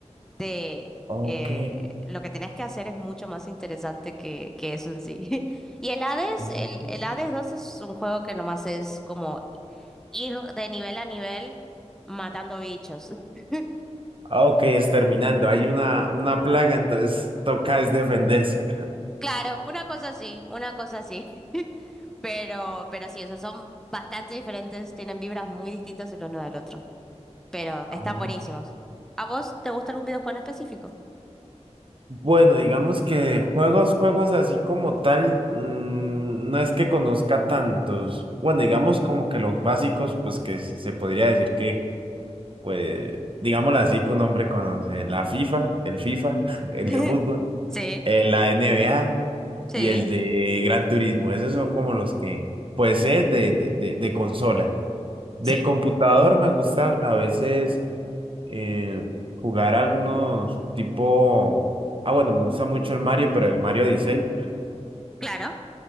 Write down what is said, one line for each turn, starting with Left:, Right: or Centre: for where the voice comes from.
Centre: de
Right: ok.
Centre: eh, lo que tenés que hacer es mucho más interesante que, que eso en sí. <laughs> Y el Hades,
Right: mm.
Centre: el, el Hades 2 es un juego que nomás es como ir de nivel a nivel matando bichos. <laughs>
Right: Ah, ok, es terminando, hay una, una plaga, entonces toca es defenderse.
Centre: Claro, una cosa así, una cosa así. <laughs> Pero, pero sí, o sea, son bastante diferentes, tienen vibras muy distintas el uno del otro, pero están
Right: Oh.
Centre: buenísimos. ¿A vos te gusta algún videojuego en específico?
Right: Bueno, digamos que juegos, juegos así como tal, mm, no es que conozca tantos. Bueno, digamos como que los básicos, pues que se podría decir que pues, digámoslo así, que un hombre conoce la FIFA, el FIFA, <laughs> el
Centre: <laughs>
Right: de fútbol,
Centre: Sí,
Right: eh, la NBA
Centre: sí,
Right: y el de Gran Turismo. Esos son como los que, pues, es de, de, de, de consola. De
Centre: sí,
Right: computador me gusta a veces eh, jugar algunos tipo... Ah, bueno, me gusta mucho el Mario, pero el Mario 16.
Centre: claro.